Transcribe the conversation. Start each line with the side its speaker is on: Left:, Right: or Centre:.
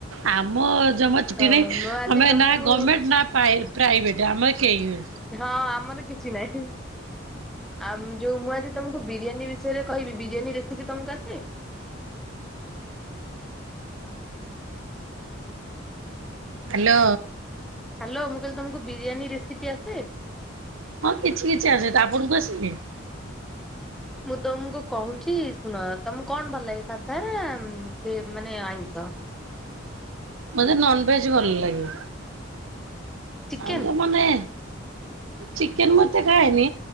Right: ଆମ ଜମା ଛୁଟି
Centre: ଆଉ
Right: ନାଇ
Centre: ମୁଁ ଆଜି
Right: ଆମେ
Centre: ତମକୁ
Right: ନା ଗମେଣ୍ଟ ନା ପାଏ ପ୍ରାଇଭେଟ୍ ଆମ କେହି ନୁଏ।
Centre: ହଁ ଆମର କିଛି ନାହିଁ ଆ ଯୋଉ ମୁଁ ଆଜି ତମକୁ ବିରିୟାନୀ ବିଷୟରେ କହିବି ବିରିୟାନୀ ରେସିପି ତମକୁ ଆସେ?
Right: ହାଲୋ।
Centre: ହାଲୋ ମୁଁ କହିଲି ତମକୁ ବିରିୟାନୀ ରେସିପି ଆସେ?
Right: ହଁ କିଛି କିଛି ଆସେ ତପରକୁ ଆସେନି।
Centre: ମୁଁ ତମକୁ କହୁଛି ଶୁଣ ତମକୁ କଣ ଭଲ ଲାଗେ ସାଧାନା ମାନେ ଅଇଁଷ?
Right: ମତେ ନନ ଭେଜେ ଭଲ ଲାଗେ।
Centre: ଚିକେନ
Right: ଆଉ ଜୋଉ ମାନେ ଚିକେନେ ମତେ ଖାଏନି